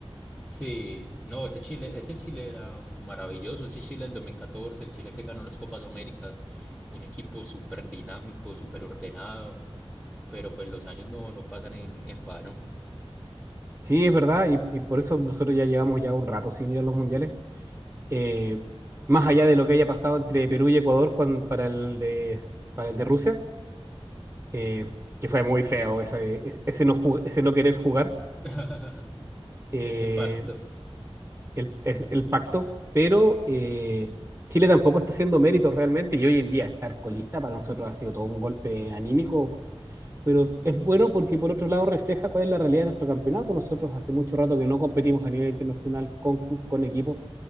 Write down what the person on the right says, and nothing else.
Sí, es verdad, y, y por eso nosotros ya llevamos ya un rato sin ir a los mundiales. Eh, más allá de lo que haya pasado entre Perú y Ecuador cuan- para el de, para el de Rusia, eh, que fue muy feo ese, ese no, jug- ese no querer jugar.
Eh,
el, el- el pacto, pero eh, Chile tampoco está haciendo méritos realmente y hoy en día estar colista para nosotros ha sido todo un golpe anímico, pero es bueno porque por otro lado refleja cuál es la realidad de nuestro campeonato. Nosotros hace mucho rato que no competimos a nivel internacional con, con equipos.